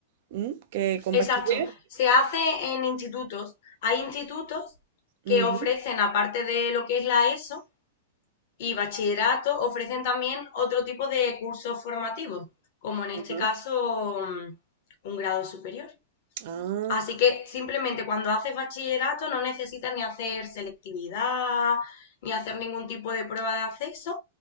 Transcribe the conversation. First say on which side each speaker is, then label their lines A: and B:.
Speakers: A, on the right (about 60°); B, on the left (about 55°).
A: ¿Mm? ¿Que con
B: Exacto,
A: bachiller?
B: se hace en institutos. Hay institutos que
A: Ujú,
B: ofrecen, aparte de lo que es la ESO y bachillerato, ofrecen también otro tipo de cursos formativos, como en este
A: ajá,
B: caso mm, un grado superior.
A: Ah,
B: Así que simplemente cuando haces bachillerato no necesitas ni hacer selectividad, ni hacer ningún tipo de prueba de acceso.